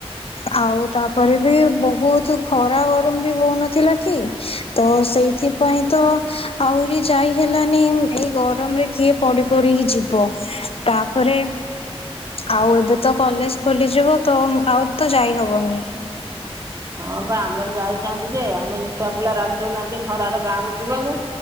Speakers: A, on the left; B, on the right.
A: ଆଉ ତାପରେ ବି ବହୁତ ଖରା ଗରମ ବି ହଉନଥିଲା କି? ତ ସେଇଥିପାଇଁ ତ ଆହୁରି ଯାଇ ହେଲାନି। ଏଇ ଗରମରେ କିଏ ପଡ଼ି ପଡ଼ି କି ଯିବ ତାପରେ ଆଉ ଏବେ ତ କଲେଜ୍ ଖୋଲିଯିବ, ତ ଆଉ ତ ଯାଇ ହବନି।
B: ହଁ ପା ଆମର ଯାଇଥାନ୍ତୁ ଯେ, ଆମେ ଯେ ଛୁଆ ପିଲା ରାଜି ହୋଉନାହାନ୍ତି ଖରାର ଗାଁକୁ ଯିବାକୁ।